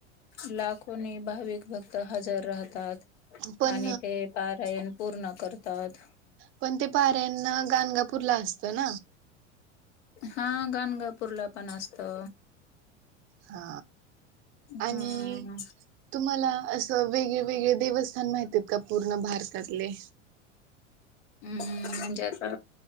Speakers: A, on the left; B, on the right.
A: लाखोनी भाविक भक्त हजर राहतात.
B: पण
A: आणि ते पारायण पूर्ण करतात.
B: पण ते पारायण ना गणगापूरला असतं ना.
A: हा गाणगापूर ला पण असतो.
B: हा आणि
A: हं,
B: तुम्हाला असं वेगळे वेगळे देवस्थान माहिती आहेत का पूर्ण भारतातले.
A: अम् म्हणजे आता